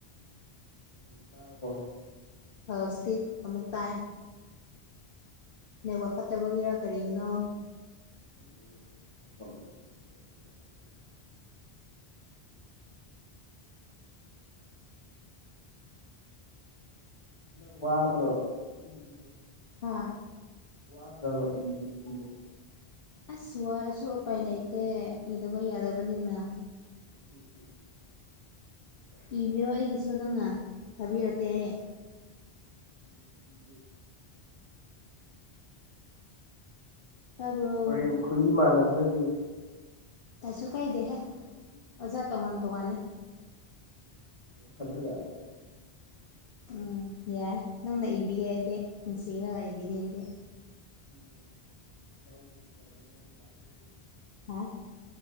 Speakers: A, on the left; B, on the left.
A: ꯍꯧꯖꯤꯛ ꯇꯥꯔꯕꯣ
B: ꯍꯧꯖꯤꯛꯇꯤ ꯑꯃꯨꯛ ꯇꯥꯏ ꯅꯦꯋꯥ ꯐꯠꯇꯕꯒꯤꯔ ꯀꯔꯤꯒꯤꯅꯣ
A: ꯈꯪꯗꯦ ꯑꯩꯁꯨ ꯅꯦꯠꯋꯥꯛꯅ ꯇꯧꯔꯤꯅꯦ ꯅꯦꯠꯋꯥꯛꯅ ꯅꯪ ꯋꯥꯗ꯭ꯔꯣ ꯏꯕꯗꯣ
B: ꯍꯥꯥ
A: ꯋꯥꯗ꯭ꯔꯕ ꯏꯕꯗꯣ
B: ꯑꯁ ꯋꯥꯔꯁꯨ ꯎꯄꯥꯏ ꯂꯩꯇꯦ ꯏꯗꯕ ꯌꯥꯗꯕꯅꯤꯅ
A: ꯎ ꯎꯝ
B: ꯏꯕꯤꯔꯣ ꯑꯩꯒꯤꯁꯨ ꯅꯪꯅ ꯊꯥꯕꯤꯔꯛꯀꯦ ꯑꯩ
A: ꯎꯝ ꯎꯝ
B: ꯇꯥꯔꯕꯣ
A: ꯍꯣꯔꯦꯟ ꯈꯨꯏ ꯃꯥꯟꯅꯗ꯭ꯔꯗꯤ
B: ꯀꯥꯏꯁꯨ ꯀꯥꯏꯗꯦꯍꯦ ꯑꯣꯖꯥ ꯇꯣꯉꯥꯟ ꯇꯣꯉꯥꯟꯅꯤ
A: ꯍꯥ ꯑꯗꯨ ꯌꯥꯗ ꯌꯥ
B: ꯎꯝ ꯌꯥꯏ ꯅꯪꯅ ꯏꯕꯤꯒꯦ ꯑꯩꯗꯤ ꯅꯨꯡꯁꯤꯔꯒ ꯏꯕꯤꯔꯦ ꯑꯩꯗꯤ
A: <unintelligible>
B: ꯍꯥꯥ